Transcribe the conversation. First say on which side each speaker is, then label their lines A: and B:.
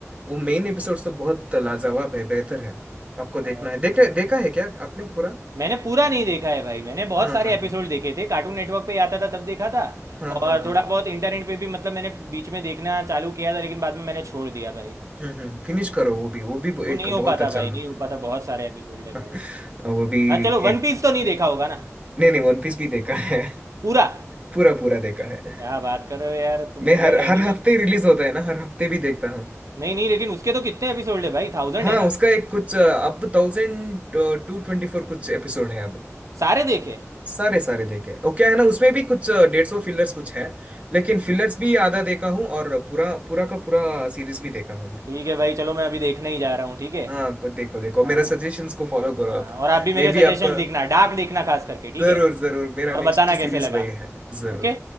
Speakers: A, on the right; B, on the right.
A: वो मेन एपिसोड्स तो बहुत लाजवाब है बेहतर है आपको
B: अ,
A: देखना है देखा देखा है क्या आपने पूरा
B: मैंने पूरा नहीं देखा है भाई मैंने बहुत
A: हाँ
B: सारे
A: हाँ
B: एपिसोड
A: हाँ
B: देखे थे कार्टून नेटवर्क पे ही आता था तब देखा था
A: हाँ
B: और
A: हाँ हाँ
B: थोड़ा बहुत इंटरनेट पे भी मतलब मैंने बीच में देखना चालू किया था लेकिन बाद में मैंने छोड़ दिया भाई
A: हम्म हम्म फिनिश करो वो भी वो भी
B: वो
A: एक
B: नहीं हो
A: बहुत
B: पाता
A: अच्छा
B: भाई
A: मूव
B: नहीं हो पाता बहुत सारे एपिसोड है भाई
A: <laughs> वो भी
B: हाँ चलो वन
A: एक
B: पीस तो नहीं देखा होगा ना
A: नहीं नहीं वन पीस भी देखा है
B: पूरा
A: पूरा पूरा देखा है
B: क्या बात कर रहे हो यार तुम
A: मैं
B: तो
A: हर
B: भाई एनिमे
A: हर हफ्ते रिलीज होता है ना हर हफ्ते भी देखता हूँ
B: नहीं नहीं लेकिन उसके तो कितने एपिसोड है भाई थाउजेंड
A: हाँ
B: है ना
A: उसका एक कुछ अ, अब थाउजेंड टू ट्वेंटी फोर कुछ एपिसोड है अब
B: सारे देखे
A: सारे सारे देखे ओ क्या है ना उसमें भी कुछ डेढ़ सौ फिलर्स कुछ है लेकिन फिलर्स भी आधा देखा हूँ और पूरा पूरा का पूरा सीरीज भी देखा हूँ मैं
B: ठीक है भाई चलो मैं अभी देखने ही जा रहा हूँ ठीक है
A: हाँ कुछ देखो देखो
B: हाँ
A: मेरा
B: हाँ
A: सजेशंस को फॉलो करो
B: हाँ
A: आप
B: और आप भी मेरे
A: मे बी
B: सजेशंस
A: आपका
B: लिखना डार्क लिखना खास करके ठीक
A: जरूर
B: है
A: जरूर मेरा
B: और
A: नेक्स्ट
B: बताना
A: सीरीज
B: कैसे लगा
A: वही है जरूर
B: ओके